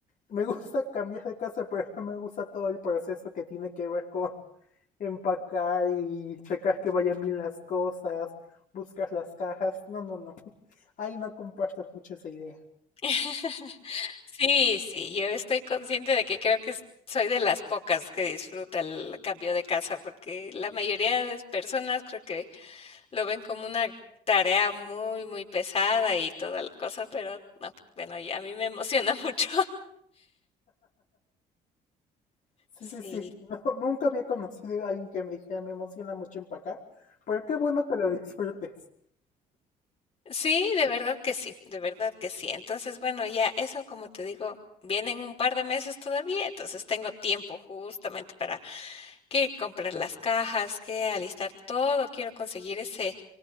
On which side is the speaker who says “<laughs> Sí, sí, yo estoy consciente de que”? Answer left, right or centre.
Left